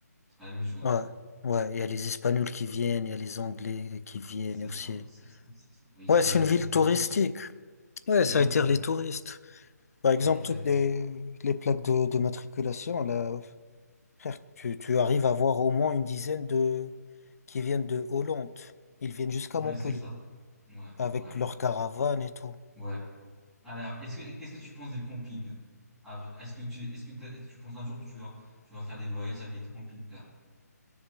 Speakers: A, in the centre; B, on the left.
A: c'est pas la même chose.
B: ouais, ouais, il y a les Espagnols qui viennent, il y a les Anglais qui viennent
A: C'est
B: aussi.
A: ça, c'est ça, c'est ça. Oui,
B: Ouais,
A: c'est
B: c'est une ville
A: c'est
B: touristique.
A: parce que c'est c'est
B: Ouais,
A: exactement.
B: ça attire les touristes. Par exemple,
A: Ouais, exactement.
B: toutes les, les plaques de, de matriculation, là, frère, tu, tu arrives à voir au moins une dizaine de qui viennent de Hollande. Ils viennent jusqu'à
A: Ouais,
B: Montpellier
A: c'est ça. Ouais,
B: avec
A: ouais, ouais,
B: leur caravane et tout.
A: ouais. Alors, est-ce que qu'est-ce que tu penses des campings? Ah, Est-ce que tu est-ce que t'as- tu penses un jour que tu vas tu vas faire des voyages avec des camping-cars?